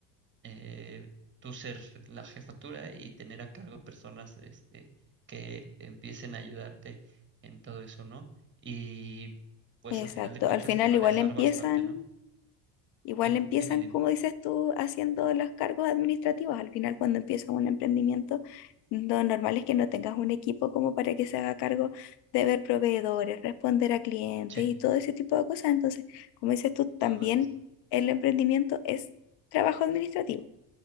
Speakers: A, on the right; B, on the left.
A: eh, tú ser la jefatura y tener a cargo personas este, que empiecen a ayudarte en todo eso, ¿no? Y pues
B: Exacto,
A: a final de cuentas
B: al final
A: te va
B: igual
A: a dejar
B: empiezan
A: bastante, ¿no?
B: Igual
A: Dime,
B: empiezan,
A: dime, dime.
B: como dices tú, haciendo los cargos administrativos. Al final, cuando empiezas un emprendimiento, lo normal es que no tengas un equipo como para que se haga cargo de ver proveedores, responder a clientes
A: Che.
B: y todo ese tipo de cosas. Entonces, como dices tú,
A: Y
B: también
A: todo lo haces tú.
B: el emprendimiento es trabajo administrativo.